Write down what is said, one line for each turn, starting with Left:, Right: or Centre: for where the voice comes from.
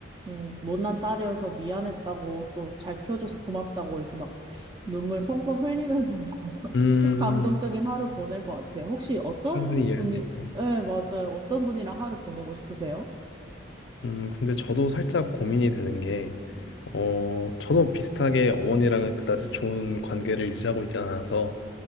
Right: 음, 못난 딸이어서 미안했다고, 또 잘 키워줘서 고맙다고, 이렇게 막 눈물 펑펑 흘리면서
Left: 음,
Right: 감동적인 하루 보낼 것 같아요. 혹시 어떤
Left: 충분히 이해할
Right: 분이,
Left: 수 있어요.
Right: 네, 맞아요. 어떤 분이랑 하루 보내고 싶으세요?
Left: 음, 근데 저도 살짝 고민이 되는 게, 어, 저도 비슷하게 어머니랑은 그다지 좋은 관계를 유지하고 있지 않아서